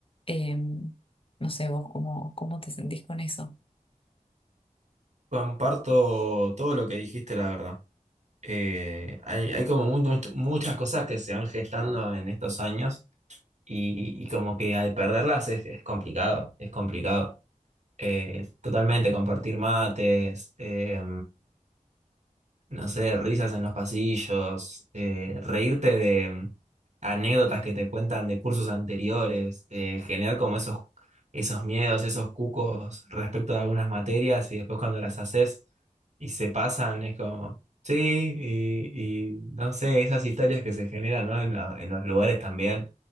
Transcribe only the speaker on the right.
Comparto todo lo que dijiste, la verdad. Eh, hay, hay como mu- mu- muchas cosas que se van gestando en estos años Y, y como que al perderlas es, es complicado, es complicado. Eh, totalmente, compartir mates, eh, no sé, risas en los pasillos, eh, reírte de anécdotas que te cuentan de cursos anteriores, eh, generar como esos, esos miedos, esos cucos respecto de algunas materias y después cuando las haces y se pasan es como, sí, y, y no sé, esas historias que se generan, ¿no? en, la- en los lugares también